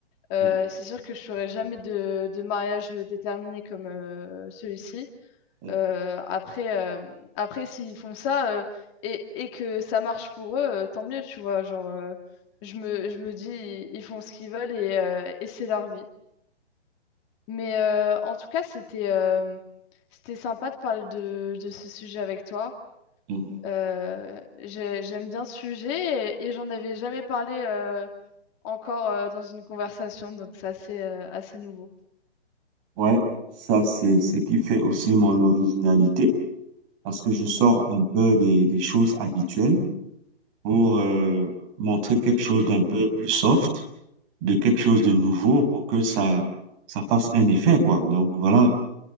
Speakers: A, on the left; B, on the right.
A: Euh,
B: hum,
A: c'est sûr que je ferai jamais de, de mariage déterminé comme euh, celui-ci.
B: hum,
A: Euh, après, euh, après, s'ils font ça euh, et, et que ça marche pour eux, euh, tant mieux, tu vois. Genre, euh, je me, je me dis, ils font ce qu'ils veulent et, euh, et c'est leur vie. Mais euh, en tout cas, c'était euh, c'était sympa de parler de, de ce sujet avec toi.
B: hum.
A: Euh, j'ai- j'aime bien ce sujet et, et j'en avais jamais parlé euh, encore euh, dans une conversation, donc c'est assez, euh, assez nouveau.
B: Ouais, ça, c'est ce qui fait aussi mon originalité, parce que je sors un peu des, des choses habituelles pour euh, montrer quelque chose d'un peu plus soft, de quelque chose de nouveau pour que ça, ça fasse un effet, quoi. Donc, voilà.